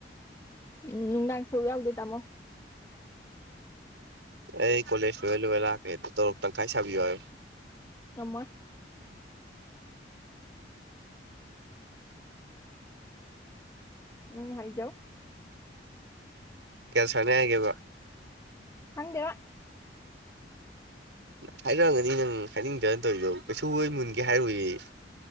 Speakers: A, on the left (about 15°); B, on the right (about 80°).
A: ꯎꯝ ꯅꯨꯡꯗꯥꯡ ꯁꯔꯨꯛ ꯌꯥꯎꯗꯦ ꯇꯥꯃꯣ
B: ꯑꯩ ꯀꯣꯂꯦꯖ ꯂꯣꯢꯔꯥ ꯂꯣꯢꯔꯥ ꯂꯥꯛꯀꯦ ꯇꯣꯂꯣꯞ ꯇꯪꯈꯥꯏ ꯁꯕꯤꯌꯣ ꯍꯥꯢꯌꯣ
A: ꯉꯝꯃꯣꯢ ꯅꯪ ꯍꯥꯏꯖꯧ
B: ꯀꯌꯥꯁꯥꯅꯤ ꯍꯥꯏꯒꯦꯕ
A: ꯈꯪꯗꯦꯕ
B: ꯍꯥꯏꯔꯛꯑꯝꯒꯅꯤ ꯅꯪ ꯍꯥꯏꯅꯤꯡꯗꯥꯅ ꯇꯧꯔꯤꯗꯣ ꯀꯩꯁꯨ ꯈꯣꯢ ꯃꯨꯟꯒꯦ ꯍꯥꯏꯔꯣꯏꯌꯦ